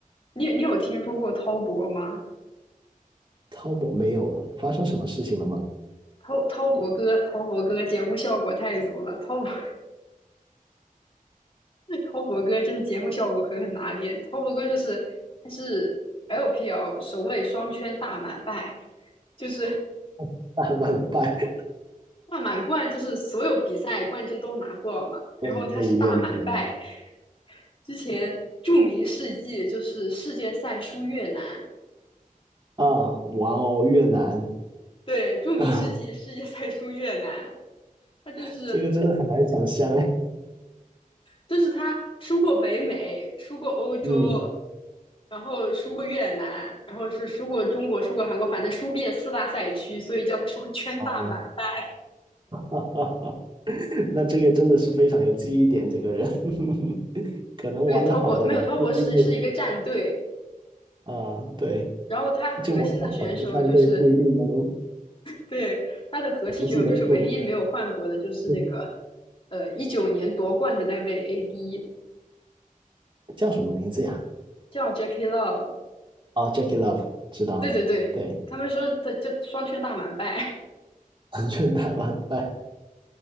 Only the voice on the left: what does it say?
你你有听说过滔博吗？
滔滔博哥，滔博哥节目效果太足了，滔博 <laughs> 滔博哥真的节目效果狠狠拿捏。滔博哥就是他是 LPL 首位双圈大满贯，就是
大满贯，就是所有比赛冠军都拿过嘛，
然后他是大满贯。
之前著名事迹就是世界赛输越南，
对，著名世纪世界赛输越南，
他就是
就是他输过北美，输过欧洲，
然后输过越南，然后是输过中国，输过韩国，反正输遍四大赛区，所以叫他双圈大满贯。
对，滔博没有滔博是是一个战队，
然后他核心的选手就是
对他的核心选手就是唯一没有换过的，
就是那个
呃一九年夺冠的那位 AD
叫 Jackie Love。
对对对，
他们说他就双圈大满贯，